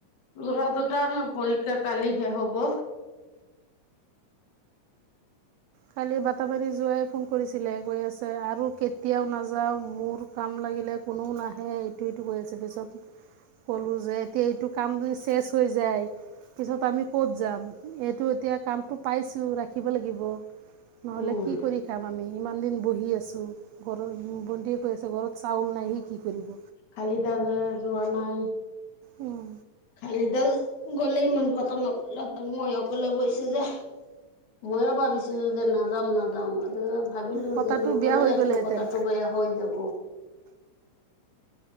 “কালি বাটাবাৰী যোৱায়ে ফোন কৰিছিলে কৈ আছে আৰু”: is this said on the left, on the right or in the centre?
Right